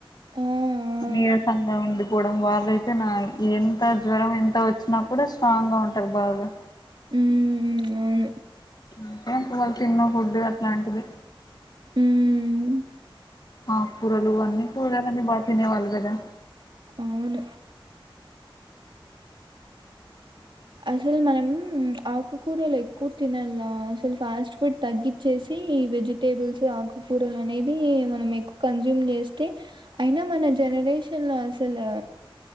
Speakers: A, on the right; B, on the left.
A: ఆ! ఆ!
B: నిరసంగా ఉంది పోవడం వాళ్ళే నా ఎంత జ్వరం ఎంత అంత వచ్చినా కూడా స్ట్రాంగ్ గా ఉంటాది బాగా
A: ఉ అవును
B: అదే వాళ్ళు తిన్న ఫుడ్ అట్లాంటిది.
A: హ్మ్.
B: ఆకూరలు అన్ని కూరగాయలు బా. తినేవాళ్ళు కదా
A: అవును అసలు మనం ఆకుకూరలు ఎక్కువ తినల్ల అసలు ఫాస్ట్ ఫుడ్ తగ్గించేసి ఈ వెజిటేబుల్స్ ఆకుకూరలు అనేది మనం ఎక్కువ కన్జ్యూమ్ చేస్తే అయినా మన జనరేషన్లో అసల్. సలు